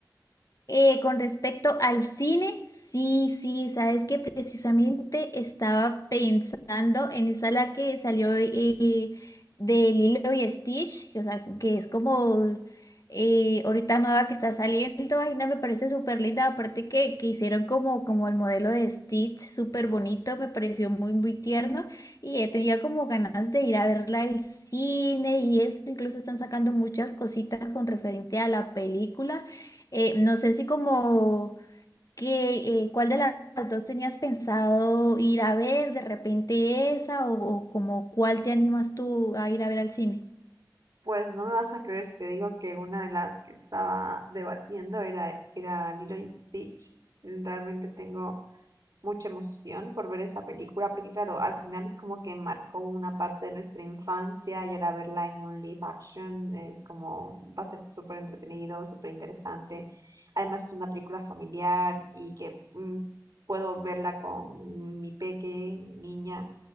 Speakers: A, on the left; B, on the right.
A: Eh, con respecto al cine, sí, sí, sabes que precisamente estaba pensando en esa la que salió eh, de Lilo y Stitch, o sea, que es como eh, ahorita nueva que está saliendo, ay, no, me parece súper linda, aparte que, que hicieron como, como el modelo de Stitch, súper bonito, me pareció muy, muy tierno y he tenido como ganas de ir a verla al cine y eso, incluso están sacando muchas cositas con referente a la película. Eh, no sé si como que eh, cuál de las dos tenías pensado ir a ver, de repente esa, o, o como cuál te animas tú a ir a ver al cine.
B: Pues no me vas a creer si te digo que una de las que estaba debatiendo era, era Lilo y Stitch. Realmente tengo mucha emoción por ver esa película, porque claro, al final es como que marcó una parte de nuestra infancia y ahora verla en un live action es como, va a ser súper entretenido, súper interesante. Además es una película familiar y que mm, puedo verla con mi peque, mi niña,